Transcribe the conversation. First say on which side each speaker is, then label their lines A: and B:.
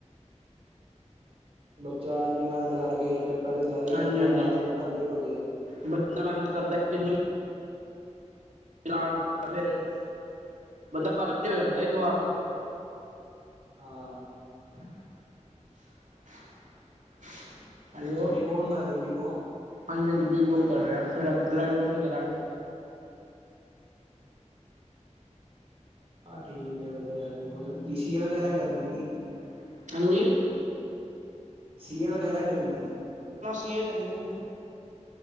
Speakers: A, on the right; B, on the right.
A: ਬੱਚਾ, ਇੰਨੀ ਮਿਹਨਤ ਕਰਕੇ ਪੇਪਰ ਦੀ ਤਿਆਰੀ
B: ਹਾਂਜੀ
A: ਕਰਦਾ,
B: ਹਾਂਜੀ
A: ਬਾਅਦ ਚ ਪੇਪਰ ਲੀਕ ਹੋ ਜੇ।
B: ਬੰਦਾ ਮਿਹਨਤ ਕਰਦਾ ਕਿੰਨੀ ਫਿਰ <unintelligible> ਬੰਦਾ ਪਾਗ਼ਲ ਦੇ, ਹੋ ਜਾਂਦਾ ਇੱਕ ਵਾਰ ਤੇ।
A: ਹਾਂ।
B: <unintelligible> ਹੈਲੋ,
A: ਸਰ ਤੁਸੀਂ ਬੀ ਕੌਮ ਕਰ ਰਹੇ ਹੋ ਬੀ ਕੌਮ
B: ਹਾਂਜੀ- ਹਾਂਜੀ, ਬੀ ਕੋਮ ਕਰ ਰਿਹਾ, ਫੇਰ ਅੱਗੇ ਗਰੈਜੂਏਸ਼ਨ ਕਰਾਂਗੇ।
A: ਆਹ ਠੀਕ ਐ, ਵਧੀਆ। ਅੱਗੇ ਬੀ ਸੀ ਏ ਵਗੈਰਾ ਕਰਨੀ ਕੀ?
B: <unintelligible> ਹਾਂਜੀ।
A: ਸੀ ਏ, ਵਗੈਰਾ ਕਰਨੀ ਐ।
B: ਕਲੀਅਰ ਕਰਨੀ ਪੈਣੀ ਏ।